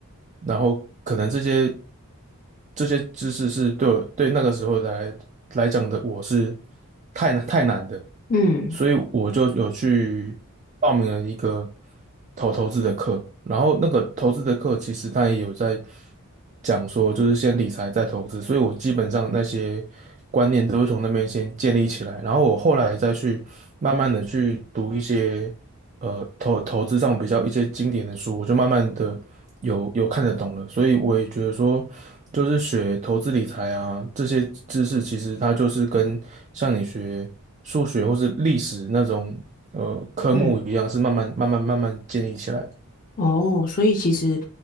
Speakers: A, on the right (about 35°); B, on the left (about 40°).
A: 然后可能这些这些知识是对我对那个时候来来讲的我是太难太难的，
B: 嗯
A: 所以我就有去报名了一个。投投资的课，然后那个投资的课其实他也有在讲说，就是先理财再投资，所以我基本上那些观念都是从那边先建立起来，然后我后来再去慢慢的去读一些呃投投资上比较一些经典的书，我就慢慢的有有看得懂了，所以我也觉得说。就是学投资理财啊，这些知识其实它就是跟像你学。数学或是历史那种呃科目一样，
B: 嗯。
A: 是慢慢慢慢慢慢建立起来的。
B: 哦，所以其实，